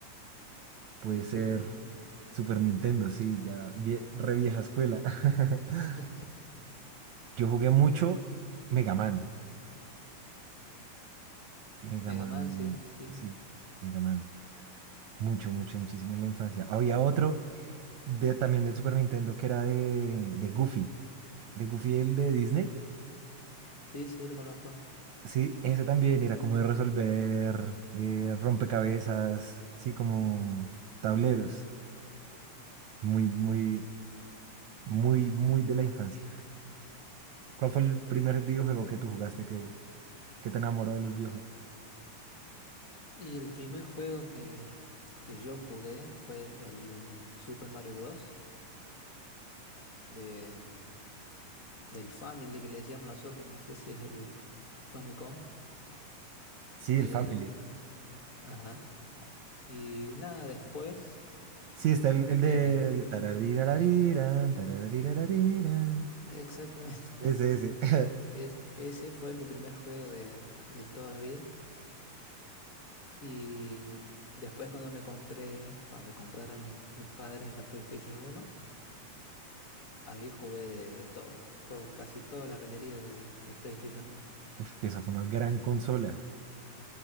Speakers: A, on the right; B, on the left.
A: Puede
B: El
A: ser
B: Super Nintendo.
A: Super Nintendo, sí, ya vie- re vieja escuela. <laughs>
B: <laughs>
A: Yo jugué mucho Mega Man. Mega
B: Mega
A: Man,
B: Man, sí, sí.
A: sí, Mega Man. Mucho, mucho, muchísimo en la infancia. Había otro de, también del Super Nintendo que era de, de Goofy. de Goofy, el de Disney.
B: Sí, sí, lo conozco.
A: Sí, ese también era como de resolver eh, rompecabezas, sí, como tableros. Muy, muy, muy, muy de la infancia. ¿Cuál fue el primer videojuego que tú jugaste que, que te enamoró de los videojuegos?
B: Y el primer juego que, que yo jugué fue el Super Mario Bros. de, mm, del Family que le decíamos nosotros, no sé si es el Famicom.
A: Sí,
B: Em,
A: el Family.
B: ajá. Y nada, después,
A: Sí, está
B: cuando
A: el, el
B: tenía...
A: del tararirarirán, tararirarirán.
B: Exactamente.
A: Ese,
B: <laughs>
A: ese. <laughs>
B: Es- ese fue mi primer juego de, de toda la vida. Y después cuando me compré, bueno, me compraron mis, mis padres la PlayStation uno, ahí jugué de, de todo, todo, casi toda la galería de, de PlayStation uno.
A: Uf, Esa fue una gran consola.